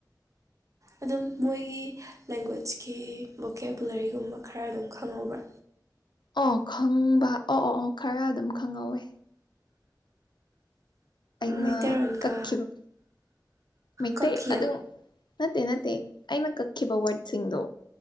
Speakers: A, on the right; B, on the left.
A: ꯑꯗꯨꯝ ꯃꯣꯏꯒꯤ ꯂꯦꯡꯒ꯭ꯋꯦꯖꯀꯤ ꯚꯣꯀꯦꯕꯨꯂꯔꯤꯒꯨꯝꯕ ꯈꯔ ꯑꯗꯨꯝ ꯈꯪꯍꯧꯕ꯭ꯔꯥ
B: ꯑꯣ ꯈꯪꯕ ꯑꯣ ꯑꯣ ꯑꯣ ꯈꯔ ꯑꯗꯨꯝ ꯈꯪꯍꯧꯋꯦ ꯑꯩꯅ
A: ꯃꯩꯇꯩꯔꯣꯟꯒ
B: ꯀꯛꯈꯤꯕ ꯃꯩꯇꯩ
A: ꯀꯛꯈꯤ
B: ꯑꯗꯨꯝ ꯅꯠꯇꯦ ꯅꯠꯇꯦ ꯑꯩꯅ ꯀꯛꯈꯤꯕ ꯋꯔꯗꯁꯤꯡꯗꯣ